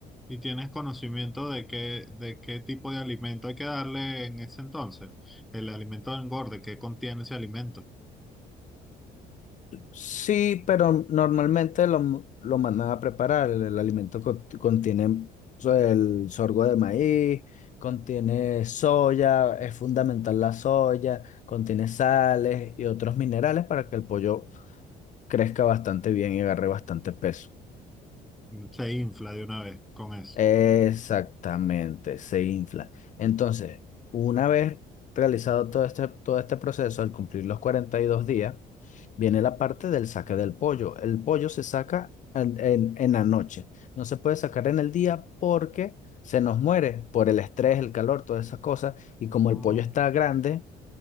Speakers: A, in the centre; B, on the left.
A: ¿Y tienes conocimiento de qué, de qué tipo de alimento hay que darle en ese entonces? El alimento de engorde, ¿qué contiene ese alimento?
B: Sí, pero normalmente lo, lo mandan a preparar. El, el alimento co- contiene so- el sorgo de maíz, contiene soya, es fundamental la soya, contiene sales y otros minerales para que el pollo crezca bastante bien y agarre bastante peso.
A: Se infla de una vez con eso.
B: Exactamente, se infla. Entonces, una vez realizado todo este, todo este proceso, al cumplir los 42 días, viene la parte del saque del pollo. El pollo se saca en, en- en la noche. No se puede sacar en el día porque se nos muere por el estrés, el calor, todas esas cosas. Y
A: No.
B: como el pollo está grande,